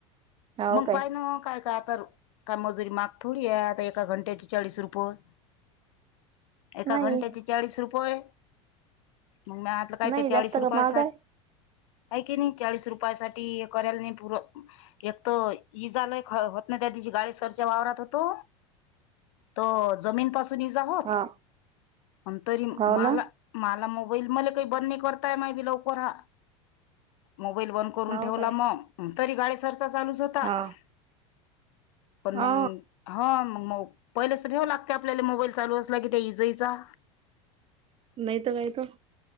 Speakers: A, on the right; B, on the left.
A: हो
B: मंग
A: काय
B: <unintelligible> पाय काय काय तर काय मजुरी माग थोडी आहे आता एका घंट्याची चाळीस रुपये एका
A: नाही
B: घंट्याची चाळीस रुपय मग आतलं काय
A: नाही
B: ते चाळीस
A: जास्त का
B: रुपया
A: महाग
B: सा
A: आहे
B: ऐ कि नाही चाळीस रुपया साठी कयला नाही पूर एक तर इजा लई एक होत ना त्या दिशी गाडी सरच्या वावरात होतो तो जमीन पासून इजा होत
A: हा
B: पण तरी
A: हो
B: माला
A: ना
B: माला मोबाईल मधला काही बंद नाही करताय माही पुरा मोबाईल बंद करून ठेवला
A: हो काय
B: मग तरी गाडीसरचा चालूच होता
A: हा
B: <inaudible> पण
A: हा
B: मंग ह मग म पहिले तर भेऊ लागते आपल्याला मोबाईल चालू असला की ते इज जा
A: नाही तर काय त